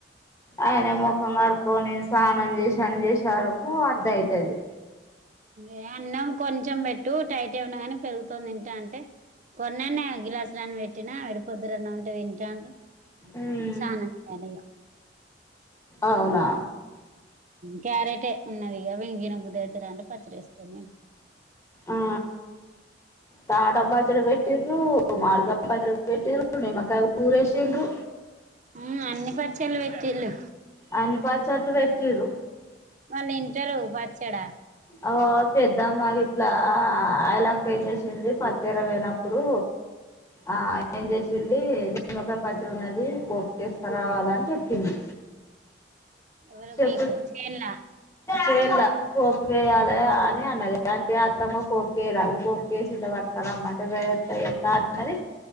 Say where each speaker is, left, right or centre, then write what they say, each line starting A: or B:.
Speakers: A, on the left; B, on the right.
A: ఆయన ముఖం కడుకొని, స్నానం చేసి అన్ని చేసే వరకు అర్థ అయితది.
B: ఎ అన్నం కొంచెం పెట్టు, టైట్ ఉన్నా గానీ, పెరుగుతోని తింటా అంటే. కొన్నానే గిలాసు అన్నన్ని పెట్టినా, పొద్దునఅన్నమ్ ఉంటే తింటాడు.
A: ఉమ్
B: సాన్నంకు పోయినడు ఇగా
A: అవునా!
B: క్యారెట్ ఉన్నది. ఇగా ఎమ్ తినబుద్దవుతలె, అంటే పచ్చడిసుకొని తిన్
A: ఆ టమాటా పచ్చడి పెట్టిర్రు ఓ మామిడికాయ పచ్చడి పెట్టిర్రు నిమ్మకాయ ఉప్పు ఊరేసిర్రు
B: హు అన్ని పచ్చళ్ళు పెట్టిల్లు
A: అన్ని పచ్చట్లు పెట్టిర్రు
B: వాళ్లు తింటారు పచ్చడి
A: ఓ పెద్దమ్మ గిట్ల ఐల అక్క ఏం చేసింది పత్తి ఏరా పోయినప్పుడు ఆ ఏం చేసింది నిమ్మకాయ పచ్చడి ఉన్నది పోపుకు ఏస్కరావాలే అని చెప్పింది
B: ఎవరో
A: చెప్పు
B: మీకు చేల్ల
A: చేయాల పోపు వేయాలి అని అన్నది అంటే అత్తమ్మ పోపుకేయ్య రాదు పోపు కేసి ఇంత పట్టుకరమ్మంటే ఎత్త ఎత్త అన్నది